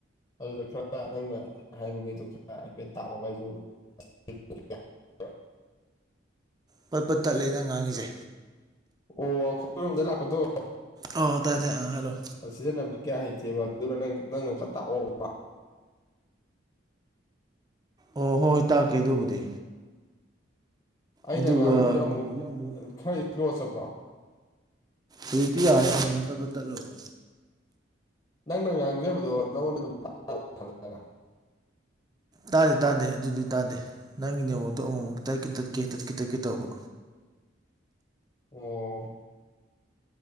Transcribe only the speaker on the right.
ꯄꯠ ꯄꯠ ꯇꯠꯂꯦ ꯅꯪ ꯉꯥꯡꯉꯤꯁꯦ
ꯑꯣ ꯇꯥꯏ ꯇꯥꯏ ꯑꯥ ꯍꯥꯏꯔꯣ
ꯑꯣ ꯍꯣꯏ ꯇꯥꯛꯀꯦ ꯑꯗꯨꯕꯨꯗꯤ
ꯑꯗꯨꯒ
ꯑꯃꯨꯛ
ꯍꯧꯖꯤꯛꯇꯤ ꯌꯥꯔꯦ ꯑꯃꯨꯝ ꯃꯨꯛ ꯄꯠ ꯄꯠ ꯇꯠꯂꯨꯕ
ꯇꯥꯗꯦ ꯇꯥꯗꯦ ꯑꯗꯨꯗꯤ ꯇꯥꯗꯦ ꯅꯪꯒꯤ ꯅꯦꯋꯣꯇꯣ ꯑꯃꯨꯛꯃꯨꯛ ꯇꯠꯀꯦ ꯇꯠꯀꯦ ꯇꯠꯀꯦ ꯇꯠꯀꯦ ꯇꯧꯕ